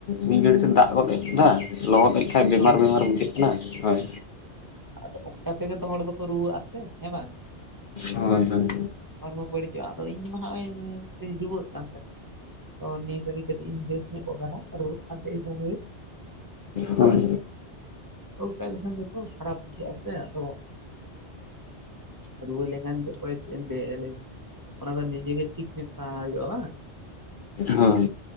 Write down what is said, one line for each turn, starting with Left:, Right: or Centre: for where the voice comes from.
Left: ᱢᱤᱫ ᱜᱷᱟᱹᱲᱤᱡ ᱛᱮ ᱫᱟᱜ ᱜᱚᱫ ᱮᱫᱼᱟ ᱞᱚᱦᱚᱫᱮᱜ ᱠᱷᱟᱡ ᱵᱮᱢᱟᱨ
Right: ᱦᱳᱭ
Left: ᱵᱮᱢᱟᱨ
Right: ᱦᱳᱭ
Left: ᱵᱩᱡᱷᱟᱹᱜ ᱠᱟᱱᱟ ᱦᱳᱭ
Right: ᱟᱫᱚ ᱚᱱᱠᱟ ᱛᱮᱜᱮ ᱦᱚᱲ ᱫᱚᱠᱚ ᱨᱩᱣᱟᱹᱜ ᱟᱥᱮ ᱦᱮᱸ ᱵᱟᱝ
Left: ᱦᱳᱭ ᱦᱳᱭ
Right: ᱦᱚᱲᱢᱚ ᱵᱟᱹᱲᱤᱡᱚᱜᱼᱟ ᱟᱫᱚ ᱤᱧ ᱢᱟ ᱱᱚᱜᱼᱚᱭ ᱛᱩᱧ ᱨᱩᱣᱟᱹᱜ ᱠᱟᱱ ᱛᱟᱦᱮᱸᱫ ᱛᱚ ᱱᱤᱭᱟᱹ ᱜᱷᱟᱹᱲᱤ ᱠᱟᱹᱴᱤᱡ ᱤᱧ ᱵᱮᱥ ᱧᱚᱜ ᱟᱠᱟᱱᱟ ᱨᱩᱣᱟ. ᱜ ᱠᱟᱱ ᱛᱟᱸᱦᱮ ᱤᱧ ᱫᱚᱢᱮ ᱜᱮ
Left: ᱦᱳᱭ
Right: ᱦᱮᱸ <inaudible> ᱚᱱᱠᱟ ᱠᱷᱟᱱ ᱫᱚᱠᱚ ᱠᱷᱟᱨᱯ ᱵᱩᱡᱷᱟ. ᱜᱼᱟ ᱥᱮ <unintelligible> <inaudible> ᱨᱩᱣᱟᱹ ᱞᱮᱠᱷᱟᱱ ᱚᱠᱚᱭ ᱪᱮᱫ ᱮᱢ ᱞᱟᱹᱭ ᱟᱭᱟ ᱞᱟᱹᱭ ᱢᱮ? ᱚᱱᱟ ᱫᱚ ᱱᱤᱡᱮ ᱜᱮ ᱴᱷᱤᱠ ᱧᱚᱜ ᱛᱟᱦᱮᱸ ᱦᱩᱭᱩᱜᱼᱟ ᱵᱟᱝ?
Left: ᱦᱳᱸ